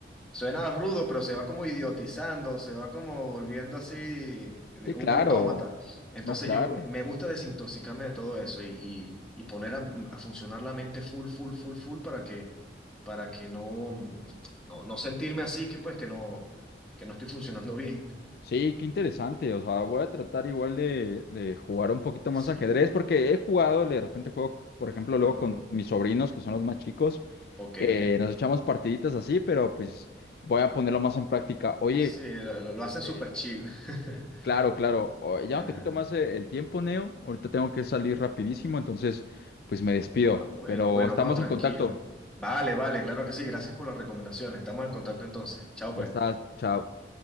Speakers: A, in the centre; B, on the left (about 55°).
A: Suena rudo, pero se va como idiotizando, se va como volviendo así de-
B: Sí,
A: un
B: claro,
A: autómata. Entonces
B: no, claro.
A: yo me me gusta desintoxicarme de todo eso y, y- y poner a, a funcionar la mente full, full, full, full para que, para que no, mm, no, no sentirme así, que pues que no, que no estoy funcionando bien.
B: Sí, qué interesante. O sea, voy a tratar igual de, de jugar un poquito más
A: Sí,
B: ajedrez, porque he jugado, de repente juego, por ejemplo, luego
A: ajá.
B: con mis sobrinos, que son los más chicos,
A: Ok,
B: eh,
A: ok.
B: nos echamos partiditas así, pero pues voy a ponerlo más en práctica. Oye,
A: Sí, lo, lo- lo
B: este,
A: hacen súper chill. <laughs>
B: claro, claro, o- ya
A: Ajá.
B: no te quito más eh, el tiempo, Neo. Ahorita tengo que salir rapidísimo, entonces pues me despido,
A: Ah, bueno,
B: pero
A: bueno,
B: estamos
A: no, tranquilo.
B: en contacto.
A: Vale, vale, claro que sí. Gracias por las recomendaciones. Estamos en contacto entonces. Chao, pues.
B: Ya estás, chao.